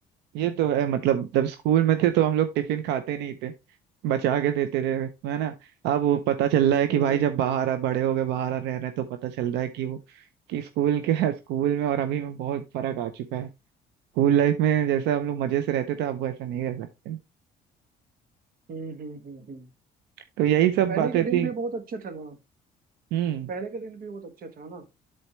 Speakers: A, on the right (about 85°); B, on the right (about 60°).
A: ये तो है मतलब जब स्कूल में थे तो हम लोग टिफिन खाते नहीं थे बचा के देते थे है ना अब वो पता चल रहा है कि
B: हम्म
A: भाई
B: हम्म
A: जब बाहर आ बड़े हो गए बाहर आ रह रहे हैं तो पता चल रहा है कि वो कि स्कूल के <laughs> स्कूल में और अभी में बहुत फर्क आ चुका है स्कूल लाइफ में जैसा हम लोग मजे से रहते थे अब वैसा नहीं रह सकते
B: हम्म हम्म हम्म हम्म। हम्म।
A: तो यही सब
B: पहले
A: बातें
B: के
A: थी
B: दिन भी बहुत अच्छे थे ना
A: हम्म
B: पहले के दिन भी बहुत अच्छे थे ना